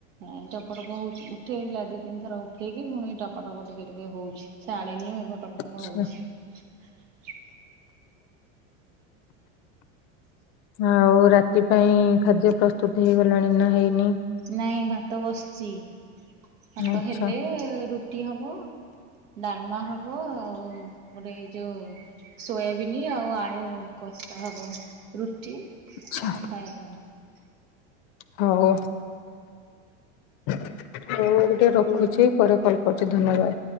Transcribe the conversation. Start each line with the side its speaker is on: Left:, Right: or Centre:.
Right: ହାଁ ଟପଟପ ହଉଛି ଉଠେଇ ଥିଲା ଦି ତିନି ଥର ଉଠେଇକି ପୁଣି ଟପଟପ ଟିକେ ଟିକେ ହଉଛି ଛାଡିନି ଏ ଟପଟପ
Left: ଆଚ୍ଛା।
Right: ହଉଛି।
Left: ଆଉ ରାତି ପାଇଁ ଖାଦ୍ୟ ପ୍ରସ୍ତୁତ ହେଇ ଗଲାଣି ନା ହେଇନି।
Right: ନାଇଁ ଭାତ ବସିଚି । ଭାତ
Left: ଆଚ୍ଛା
Right: ହେଲେ ରୁଟି ହବ ଡାଲମା ହବ। ଗୋଟେ ଏଇ ଯୋଉ ସୋୟାବିନ ଆଉ ଆଳୁ କସା ହବ ରୁଟି ।
Left: ଆଚ୍ଛା
Right: ସେଇଟା ଖାଇବା ପାଇଁ।
Left: ହଉ। ହଉ ଟିକେ ରଖୁଛି ପରେ କଲ କରୁଛି ଧନ୍ୟବାଦ।